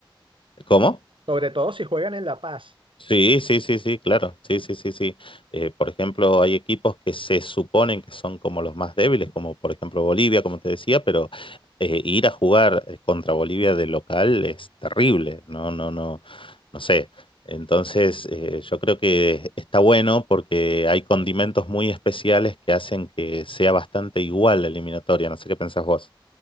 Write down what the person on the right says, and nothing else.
Sobre todo si juegan en La Paz.